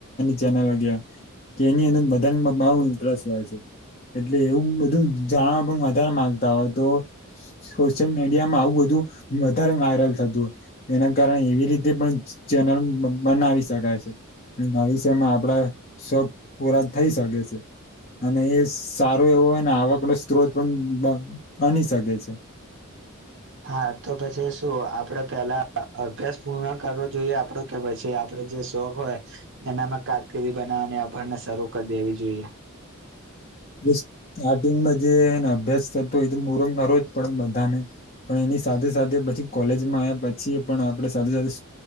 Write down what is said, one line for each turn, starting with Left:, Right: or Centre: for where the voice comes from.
Left: ચલ <unintelligible> ગ કેની અંદર બધા બ ઇન્ટરેસ્ટ હોય છે એટલે એવું જાણવા પણ વધારે માંગતા હોય તો સોશિયલ મીડિયામાં આવું બધું વધારે વાયરલ થતું હોય એના કારણે એવી રીતે પણ ચેનલ બનાવી શકાય છે ભવિષ્યમાં આપડા શોખ પૂરા થઈ શકે છે અને એ સારો એવો હોયને આવક ન સ્ત્રોત પણ બ બની શકે છે
Right: હા તો પછી શું આપડે પેલા અભ્યાસ પૂર્ણ કરવો જોઈએ આપડો કે પછી આપડે જે શોખ હોય એનામાં કારકિર્દી બનાવ અને અભરને શરૂ કરી દેવી જોઈએ
Left: સ્ટાર્ટિંગમાં જેને અભ્યાસ થતો હોય તો પુરો કરો જ પડે બધાને પણ એની સાથે સાથે પછી કોલેજમાં આવ્યા પછી પણ આપણે સાથે સાથે